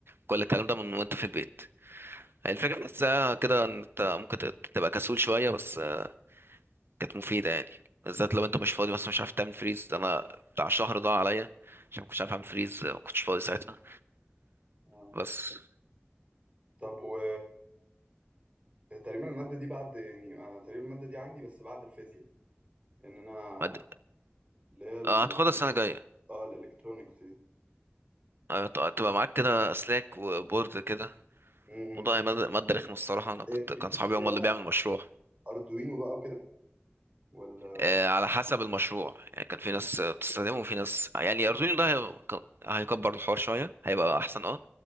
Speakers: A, on the right (about 60°); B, on the right (about 30°).
A: كل الكلام ده من وانت في البيت هي الفكرة بحسها كده ان انت ممكن تت- تبقى كسول شوية بس آه، كانت مفيدة يعني بالذات لو انت مش فاضي مثلا مش عارف تعمل فريز انا بتاع شهر ضاع عليا عشان ما كنتش عارف اعمل فريز آه، ما كنتش فاضي ساعتها
B: آه.
A: بس
B: طب و تقريبا المادة دي بعد يعني انا تقريبا المادة دي عندي بس بعد الفيزياء لان انا
A: ما د-
B: اللي هي ال...
A: آه، هتاخدها السنة الجاية
B: اه الالكترونيكس دي
A: آه، ت- تبقى معاك كده اسلاك وبورد كده
B: مم.
A: موضوع مادة مادة رخمة الصراحة انا كنت
B: إيه،
A: كان
B: بيخش
A: صحابي
B: فيها
A: هم
B: بقى
A: اللي بيعمل مشروع
B: اردوينو بقى وكده ولا
A: آه، على حسب المشروع يعني كان في ناس بتستخدمه وفي ناس يعني أردوينو ده هي- كان- هيكبر الحوار شوية هيبقى أحسن اه